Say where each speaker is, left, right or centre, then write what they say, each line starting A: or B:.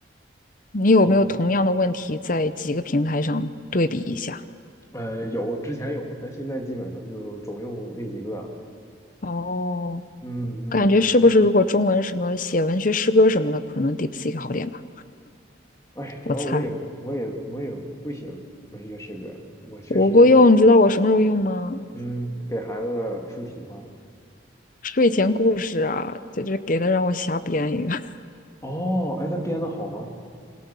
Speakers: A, on the left; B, on the left.
A: 你有没有同样的问题在几个平台上对比一下？
B: 哦，呃，有，之前有，但现在基本上就总用那几个了
A: 哦，
B: 嗯嗯嗯，
A: 感觉是不是如果中文什么写文学诗歌什么的，可能 DeepSeek 好点吧？
B: 哎，主要我也我也我也不写文学诗歌，
A: 我猜。
B: 我确实，
A: 我会用，你知道我什么时候用吗？
B: 嗯，给孩子出题嘛。
A: 睡前故事啊，这就给他让我瞎编一个，<laughs>
B: 哦，哎，他编的好吗？